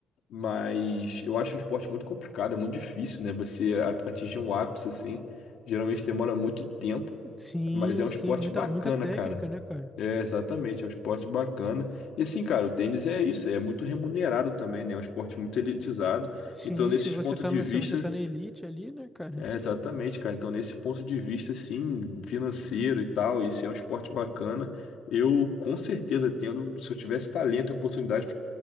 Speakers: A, on the left; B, in the centre.
A: mas eu acho um esporte muito complicado, é muito difícil, né? Você a- atingir um ápice assim, geralmente demora muito tempo,
B: Sim,
A: mas é um
B: sim,
A: esporte
B: é muita,
A: bacana,
B: muita técnica,
A: cara.
B: né, cara?
A: É, exatamente, é um esporte bacana. E assim, cara, o tênis é isso, é muito remunerado também, né? É um esporte muito elitizado.
B: Sim,
A: Então, nesses
B: se você
A: pontos
B: tá,
A: de
B: no-
A: vista,
B: se você tá na elite ali, né, cara?
A: é, exatamente, cara. Então, nesse ponto de vista, assim, financeiro e tal, e se é um esporte bacana, eu com certeza tendo, se eu tivesse talento e oportunidade